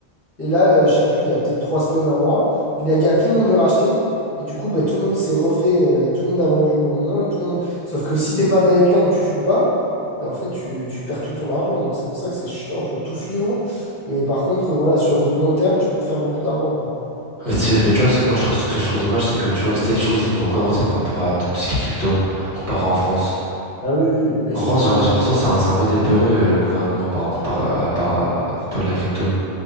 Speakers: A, on the left; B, on the right.
A: Et là, euh, je sais plus, il y a peut-être trois semaines, un mois, il a dit à tout le monde de racheter. Et du coup, bah, tout le monde s'est refait, euh, tout le monde a vendu au bon moment. Et tout le monde... Sauf que si t'es pas américain et que tu suis pas, bah, en fait, tu, tu perds tout ton argent. Donc c'est pour ça que c'est chiant, faut tout suivre. Mais par contre, voilà, sur du long terme, tu peux te faire beaucoup d'argent, quoi.
B: Mais, tu mais tu vois, ce que moi je trouve, ce que je trouve dommage, c'est que tu vois, aux States, je trouve, ils ont beaucoup avancé par rapport à t- tout ce qui est crypto, comparé en France.
A: Ah oui, oui, bah, ils
B: En
A: sont
B: France,
A: plus.
B: j'ai l'impression que c'est un, c'est un peu des peureux, euh, le gouvernement, par, comparé à, par- à propos de la crypto.